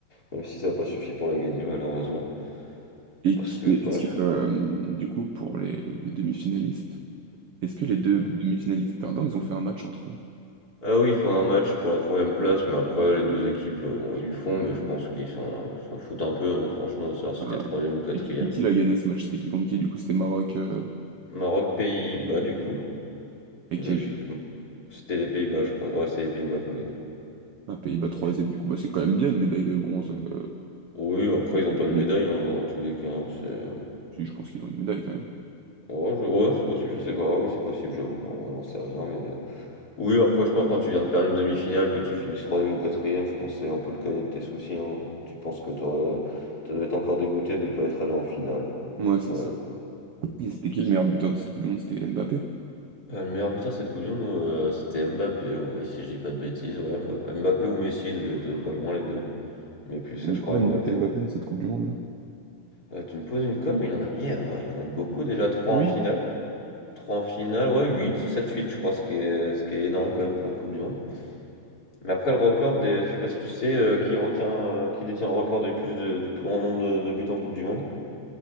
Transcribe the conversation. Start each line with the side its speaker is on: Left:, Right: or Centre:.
Left: même si ça n'a pas suffi pour la gagner, malheureusement.
Right: Et
Left: Parce
Right: qui-
Left: que,
Right: est-ce
Left: quand
Right: que, euh, du coup, pour les, les demi-finalistes, est-ce que les deux
Left: même.
Right: demi-finalistes perdants, ils ont fait un match entre eux?
Left: Ah oui, il faut un match pour la troisième place, mais après les deux équipes, euh, bon, ils le font, mais je pense qu'ils s'en s'en foutent un peu, hein, franchement, de savoir si
Right: Ah.
Left: t'es troisième ou quatrième.
Right: Et qui, qui a gagné ce match? C'était qui contre qui? Du coup, c'était Maroc. euh,
Left: Maroc, Pays-Bas, du coup,
Right: et
Left: logiquement.
Right: qui a
Left: C'était les Pays-Bas, je crois. Ouais, c'est les Pays-Bas qui ont gagné.
Right: Un Pays-Bas troisième,
Left: Si je-
Right: du coup, bah, c'est quand même bien une médaille de bronze. euh,
Left: Oui, après, ils ont
Right: Bon,
Left: pas de médaille, hein, en tous les cas. hein, c'est...
Right: si, je pense qu'ils ont une médaille quand même.
Left: Ouais, je... ouais, c'est possible, je sais pas. Oui, c'est possible, j'avoue. J'en j'en sais rien, mais. euh, Oui, après, je pense que quand tu viens de perdre une demi-finale, que tu finisses troisième ou quatrième, je pensais un peu le cas de tes soucis. hein. Tu penses que t'aurais- tu dois être encore dégoûté de ne pas être allé en finale. Donc,
Right: Ouais,
Left: Après,
Right: c'est ça. Et c'était qui
Left: c'est-
Right: le meilleur buteur de cette Coupe du Monde? C'était Mbappé.
Left: Euh, le meilleur buteur cette Coupe du Monde, euh, c'était Mbappé, ouais, si je dis pas de bêtises. ouais, Mb- Mbappé ou Messi devaient être pas loin les deux. Mais plus,
Right: Il a
Left: je
Right: mis
Left: crois,
Right: combien de
Left: Mbappé.
Right: buts Mbappé
Left: ouais.
Right: dans cette Coupe du Monde là?
Left: Euh, tu me poses une colle, mais il en a mis, euh, il en a eu beaucoup déjà. trois
Right: Huit.
Left: en finale. trois en finale, ouais, huit, sept huit je crois, ce qui est, ce qui est énorme quand même pour une Coupe du Monde. Mais après, le record des, je sais pas si tu sais, euh, qui retient, euh, qui détient le record du plus de, du plus grand nombre de, de buts en Coupe du Monde.